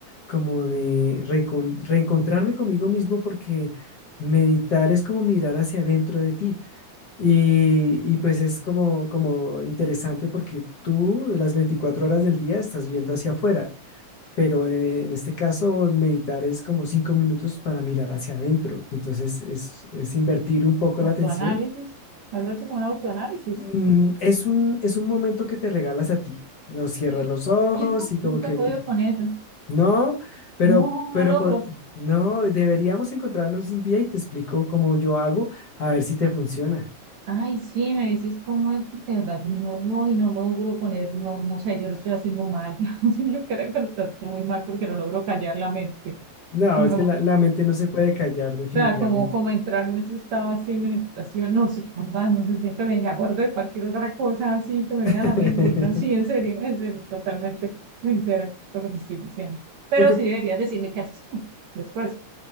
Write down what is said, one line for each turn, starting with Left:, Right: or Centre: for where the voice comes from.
Left: como de reencon- reencontrarme conmigo mismo porque meditar es como mirar hacia adentro de ti. Y, y pues es como, como interesante porque tú las 24 horas del día estás viendo hacia afuera, pero en, en este caso meditar es como cinco minutos para mirar hacia adentro. Entonces es, es invertir un poco
Right: Autoanálisis,
Left: la atención
Right: algo así como un autoanálisis.
Left: mm, es un, es un momento que te regalas a ti. No cierras
Right: Y
Left: los ojos
Right: Yo no,
Left: y como
Right: nunca
Left: que
Right: he podido
Left: mi-
Right: con eso.
Left: no, pero,
Right: No,
Left: pero
Right: no logro.
Left: po- no, deberíamos encontrarnos un día y te explico cómo yo hago, a ver si te funciona.
Right: Ay, sí, me decís cómo es, porque de verdad no voy, no logro poner, no, no sé, yo lo estoy haciendo mal. <laughs> Yo creo que lo estoy haciendo muy mal porque no logro callar la mente.
Left: No,
Right: No
Left: es
Right: logro
Left: que la, la mente no se puede callar definitivamente.
Right: O sea, como, como entrar en ese estado así de meditación, no sé, mamá no sé, siempre me acuerdo de cualquier otra cosa así que me
Left: <laughs>
Right: viene a la mente. Y no, sí, en serio, en serio, totalmente sincera lo que te estoy diciendo. Pero
Left: Lo que,
Right: sí deberías decirme qué haces tú después.